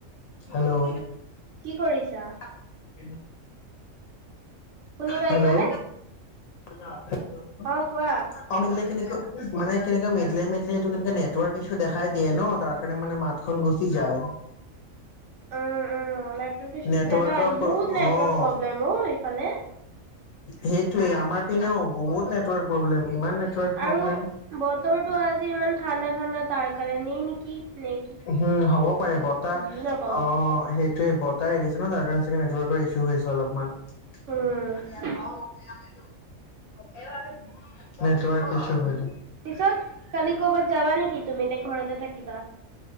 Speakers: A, on the left (about 85°); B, on the right (about 70°).
A: হেল্ল'
B: কি কৰিছা
A: <unintelligible>
B: শুনি পাইছানে?
A: হেল্ল' <unintelligible>
B: অ কোৱা
A: অমিত লেকিন মানে কেনেকে মেটিলাই মেটিলাই এইটো কেনে নেটৱকছু দেখাই দিয়ে ন তাৰ কাৰণে মানে মাতখন গুচি যায়
B: উম উম নেটৰ্ক ইছু
A: নেটৱৰ্কৰ
B: দেখা
A: প্ৰ
B: বহুত নেটৰ্ক
A: অ
B: প্ৰব্লেম অ ইফালে
A: সেই ত আমাৰ পিনেও বহুত নেটৱৰ্ক প্ৰব্লেম ইমান নেটৱৰ্ক প্ৰব্লেম
B: আৰু বতৰটো আজি ইমান ঠাণ্ডা ঠাণ্ডা তাৰ কাৰণেই নেকি কি নে
A: হম হ'বও পাৰে বতাহ
B: বুজিও নাপাও
A: অ সেই ত বতাহ এ দিছে ন ত কাৰণে চাগে নেটৱৰ্কৰ ইছু হৈছে অলপমান
B: উম,
A: <unintelligible> নেটৱৰ্ক ইছু হয়
B: পিছত কালি ক'বাত যাবা নেকি? সি তুমি নে ঘৰতে থাকিবা?